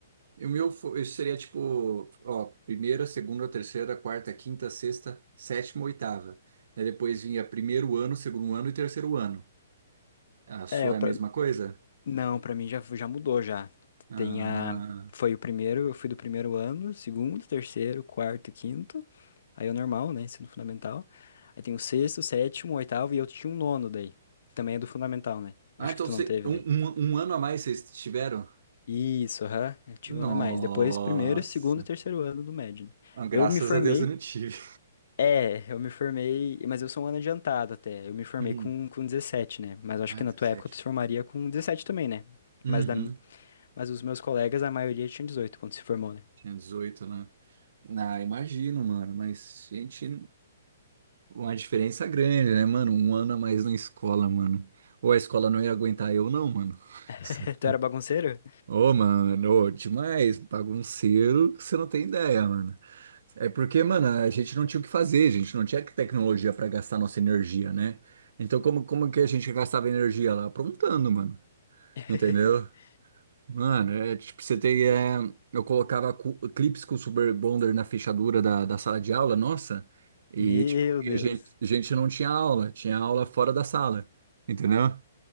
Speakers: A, on the right; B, on the left.
A: E o meu fo- isso seria tipo, ó, primeira, segunda, terceira, quarta, quinta, sexta, sétima, oitava. Daí depois vinha primeiro ano, segundo ano e terceiro ano. A sua
B: É, eu
A: é
B: pra-
A: a mesma coisa?
B: não, pra mim já, já mudou já.
A: Ah,
B: Tem a... Foi o primeiro, eu fui do primeiro ano, segundo, terceiro, quarto, e quinto. Aí é o normal, né? Ensino fundamental. Aí tem o sexto, sétimo, oitavo e eu tinha um nono daí. Também é do fundamental, né? Acho
A: ah então
B: que tu
A: você-
B: não teve
A: um,
B: daí.
A: um um ano a mais vocês tiveram?
B: Isso, aham. Eu tive
A: Nossa.
B: um ano a mais. Depois, primeiro, segundo e terceiro ano do médio. né?
A: Ah, graças
B: Eu me formei.
A: a Deus eu não tive.
B: É, eu me formei, mas eu sou um ano adiantado até. Eu me formei
A: Hum.
B: com, com dezessete, né? Mas eu acho
A: Ah,
B: que na
A: 17.
B: tua época tu se formaria com 17 também, né?
A: Uhum.
B: Mas, da, mas os meus colegas, a maioria tinha dezoito quando se formou, né?
A: Tinha dezoito, né? Ah, imagino, mano. Mas, gente, uma diferença grande, né, mano? Um ano a mais na escola, mano. Ou a escola não ia aguentar eu, não, mano.
B: <laughs>
A: <laughs>
B: Tu era bagunceiro?
A: Ô, mano, ô, demais. Bagunceiro, que você não tem ideia, mano. É porque, mano, a gente não tinha o que fazer, a gente não tinha tecnologia pra gastar nossa energia, né? Então, como, como que a gente gastava energia lá? Aprontando, mano.
B: <laughs>
A: Entendeu? Mano, é tipo, você tem. é, eu colocava cu- clipes com Super Bonder na fechadura da, da sala de aula, nossa, e
B: Meu
A: tipo, e
B: Deus.
A: a gente, a gente não tinha aula, tinha aula fora da sala, entendeu?